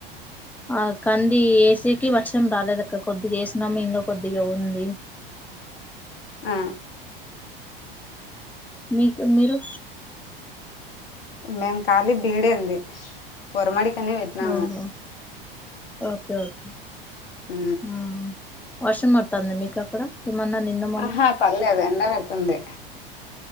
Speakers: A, in the centre; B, on the left.
A: ఆ కంది ఏసీకి వర్షం రాలేదు అక్క కొద్దిగా వేసినము ఇంక కొద్దిగా ఉంది
B: ఆ
A: మీకు మీరు
B: మేము ఖళీ బీడంది ఉరమడికని పెట్నాము
A: ఓహో ఓకే ఓకే
B: ఉ
A: ఆ. వర్షం పడుతాందా మీకు అక్కడ ఏమన్నా నిన్న మొన్న
B: ఆహా పడ్లేదు ఎండ కొడుతుంది